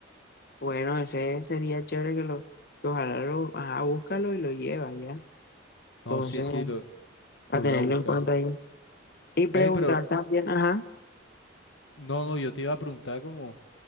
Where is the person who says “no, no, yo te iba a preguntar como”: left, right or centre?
Left